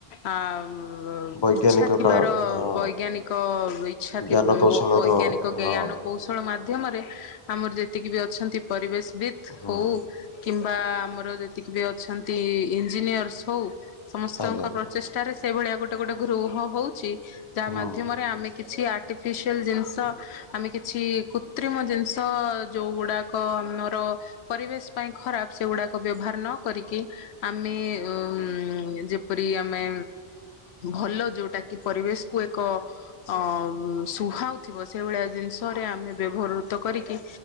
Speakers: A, on the left; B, on the left.
A: ଆ ଉ
B: ବୈଜ୍ଞାନିକ
A: ଇଛା ଥିବାର
B: କା ହଁ
A: ବୈଜ୍ଞାନିକ ଇଛା ଥିବ
B: ଜ୍ଞାନ କୌଶଳର
A: ବୈଜ୍ଞାନିକ
B: ହଁ
A: ଜ୍ଞାନକୁ କୌଶଳ ମାଧ୍ୟମରେ ଆମର ଯେତିକି ବି ଅଛନ୍ତି ପରିବେଶ ବିିତ
B: ହୁଁ।
A: ହଉ କିମ୍ବା ଆମର ଯେତିକିବି ଅଛନ୍ତି ଇଞ୍ଜିନିୟର୍ସ ହଉ ସମସ୍ତଙ୍କ
B: ଆଜ୍ଞା
A: ପ୍ର ଚେଷ୍ଟାରେ ସେଇଭଳିଆ ଗୋଟେ ଗୋଟେ ଗୃହ ହଉଛି ଯାହା
B: ହୁଁ
A: ମାଧ୍ୟମରେ ଆମେ କିଛି ଆର୍ଟିଫିସିଆଲ ଜିନିଷ ଆମେ କିଛି କୃତ୍ରିମ ଜିନିଷ ଯୋଉଗୁଡ଼ାକ କନର ପରିବେଶ ପାଇଁ ଖରାପ ସେଗୁଡାକ ବ୍ୟବହାର ନ କରିକି ଆମେ ଉ ଯେପରି ଆମେ ଭଲ ଯୋଉଟାକି ପରିବେଶକୁ ଏକ ଅ ସୁହାଉଥିବ ସେଇଭଳିଆ ଜିନିଷରେ ଆମେ ବ୍ୟବହୃତ କରିକି